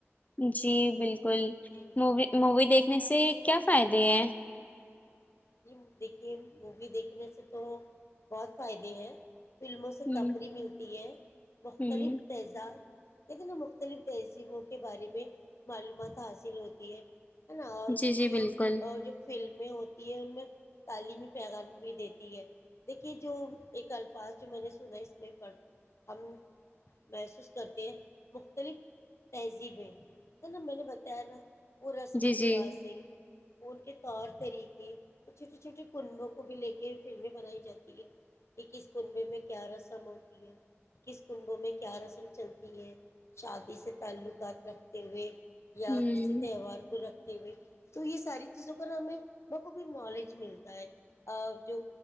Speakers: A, on the left; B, on the left.
A: جی بالکل الکل
B: جی
A: موی مووی دیکھنے سے کیا فائدے ہیں
B: جی دیکھیے مووی دیکھنے سے تو بہت فائدے ہیں فلموں سے
A: ہوں
B: تفریح ملتی ہے مختلف
A: ہوں
B: تیزاد کتنا مختلف تہذیبوں کے بارے میں معلومات حاصل ہوتی ہے ہے نا اور
A: جی
B: کچھ
A: جی بالکل
B: جو فلم بھی <inaudible> ان میں تعلیمی پیغام بھی دیتی ہے دیکھیے جو ایک الفاظ جو میں نے سنا اس میں ہم محسوس کرتے ہیں مختلف تہذیبیں ہے نا میں نے بتایا نا وہ رسمی
A: جی
B: رواازیں
A: جی
B: وہ ان کے طور طریقے چھوٹیے چھوٹے کنبوں کو بھی لے کے فلمیں بنائی جاتی ہے کہ کس کنبے میں کیا رسم ہوتی ہے کس کنبوں میں کیا رسم چلتی ہے شادی سے تعلقات رکھتے ہوئے یا
A: ہوں
B: کسی تہوار کو رکھ ہو تو یہ ساری چیزوں پر ہمیں ان کو کو نالج ملتا ہے اور جو